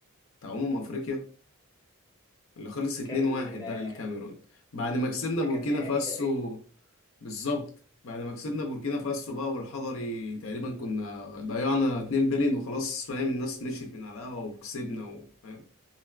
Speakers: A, on the left; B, on the left.
A: بتاع امم افريقيا اللي خلص 2-1
B: كان آه،
A: ده للكاميرون بعد ما كسبنا
B: ده
A: بوركينا
B: كان نهائي
A: فاسو
B: تقريبا
A: بالظبط بعد ما كسبنا بوركينا فاسو بقى والحضري تقريبا كنا ضيعنا 2 بلين وخلاص فاهم الناس مشيت من على القهوه وكسبنا وفاهم